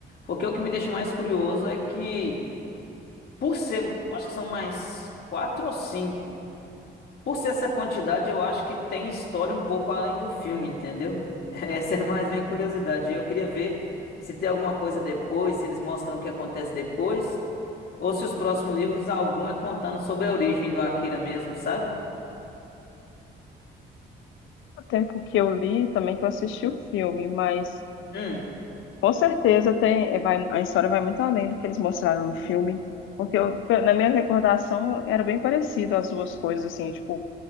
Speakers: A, on the left (about 55°); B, on the left (about 85°).
A: Porque o que me deixa mais curioso é que, por ser. Acho que são mais quatro ou cinco. Por ser essa quantidade, eu acho que tem história um pouco além do filme, entendeu? <laughs> Essa é mais minha curiosidade. Eu queria ver se tem alguma coisa depois, se eles mostram o que acontece depois, ou se os próximos livros, algum é contando sobre a origem do Akira mesmo, sabe?
B: O tempo que eu li, também que eu assisti o filme, mas
A: Hum,
B: Com certeza tem, vai, a história vai muito além do que eles mostraram no filme, porque eu- pe- na minha recordação era bem parecido as duas coisas, assim, tipo,